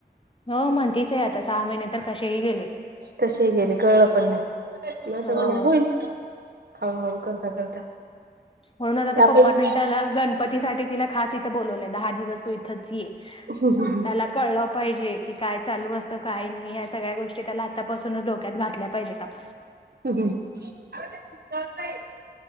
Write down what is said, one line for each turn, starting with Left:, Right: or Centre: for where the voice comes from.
Left: हो म्हणतीच आहे आता सहा महिने तर कसेही गेलेत.
Right: तसे गेले कळलं पण नाही आता
Left: हो
Right: म्हणे होईल. हळूहळू करता करता
Left: म्हणूनच आता
Right: आपण
Left: पप्पने त्याला गणपती सा तिला खास इथं बोलवलंय दहा दिवस तू इथंच ये.
Right: ह ह ह
Left: त्याला कळलं पाहिजे की काय चालू असतं काय नाही या्या सगळ्या गोष्टी त्याला आतापासूनच डोक्यात घातल्या पाहिजेत आपण.
Right: सहम <unintelligible>